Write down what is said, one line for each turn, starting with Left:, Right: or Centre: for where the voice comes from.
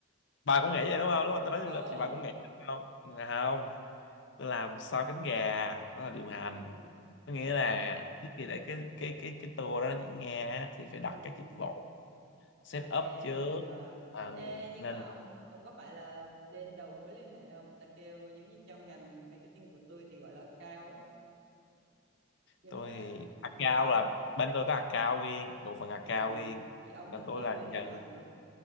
Left: bà cũng nghĩ vậy đúng không lúc mà tôi nói
Right: đúng
Left: du lịch thì bà cũng nghĩ đúng không Dạ không tôi làm sau cánh gà đó là điều
Right: ừ
Left: hành có nghĩa
Right: ê
Left: là trước khi để cái cái cái cái tour đó nó diễn ra á, thì phải đặt
Right: ừ
Left: các dịch vụ set
Right: Ok,
Left: up trước
Right: hiểu rồi.
Left: Ờ,
Right: Ê, nhưng
Left: nên
Right: mà ông ông có phải là bên đầu mối liên hệ không? Người ta kêu giống như trong ngành marketing của tôi thì gọi là account ấy, giống
Left: tôi
Right: như là
Left: thì account
Right: người kết
Left: là bên tôi có account riêng bộ phận account
Right: à
Left: riêng
Right: vậy ông
Left: còn
Right: thì
Left: tôi
Right: thiên
Left: là
Right: về điều
Left: nhận
Right: hành hả?